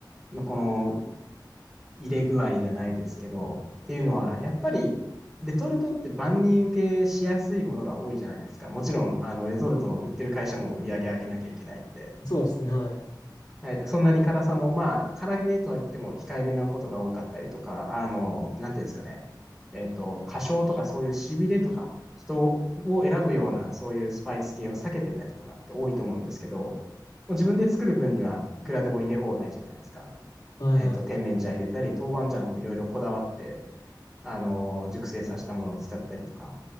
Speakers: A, in the centre; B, on the left.
A: のこの入れ具合じゃないですけど、っていうのは、やっぱりレトルトって万人受けしやすいものが多いじゃないですか。もちろん、あの、レトルトの売ってる会社も売り上げ上げなきゃいけないんで、
B: そうですね、はい。
A: はい、そんなに辛さも、まあ、辛めとは言っても控えめなことが多かったりとか、あの、なんていうんですかね、えっと、過小とかそういうしびれとか、人を選ぶような、そういうスパイス系を避けてたりとかって多いと思うんですけど、もう自分で作る分にはいくらでも入れ放題じゃないですか。
B: はいはい
A: えっと、甜麺醤入れたり、豆板醤もいろいろこだわって、あのー熟成させたものを使ったりとか、